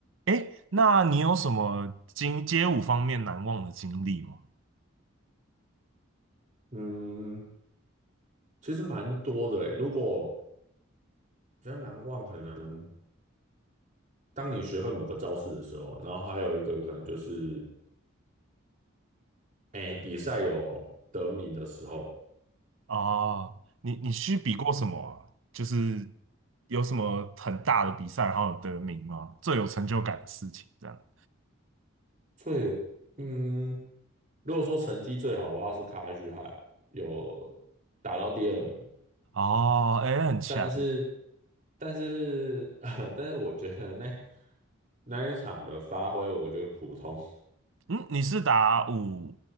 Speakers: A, on the right; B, on the right.
A: 哎，那你有什么经街舞方面难忘的经历吗？
B: 嗯，其实蛮多的诶。如果比较难忘，可能当你学会某个招式的时候，然后还有一个可能就是，诶，比赛有得名的时候，
A: 啊，你你去比过什么啊？就是有什么很大的比赛，然后有得名吗？最有成就感的事情，这样。
B: 最，嗯，如果说成绩最好的话是卡 h h i 有打到第二名，
A: 哦，哎，很强。
B: 但是，但是，<laughs> 但是我觉得那那一场的发挥，我觉得普通。
A: 嗯，你是打五